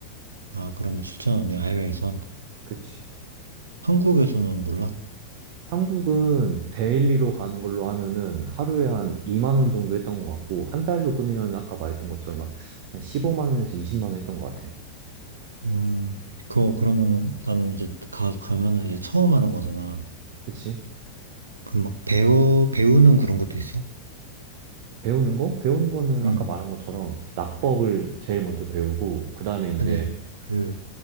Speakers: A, on the right; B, on the right.
A: 아, 그러면 7천 원이야, 해외에선.
B: 그치.
A: 한국에서는 몰라?
B: 한국은 데일리로 가는 걸로 하면은 하루에 한 2만 원 정도 했던 것 같고, 한 달로 끊으면 아까 말했던 것처럼 한 한 15만 원에서 20만 원 했던 것 같아.
A: 음, 그거 그러면은 나는 이제 가, 가면은 이제 처음 하는 거잖아.
B: 그치?
A: 그럼 막 배워, 배우는 그런 것도 있어?
B: 배우는 거? 배우는 거는
A: 음,
B: 아까 말한 것처럼 낙법을 제일 먼저 배우고, 그 다음에 이제,
A: 아니, 아니, 그,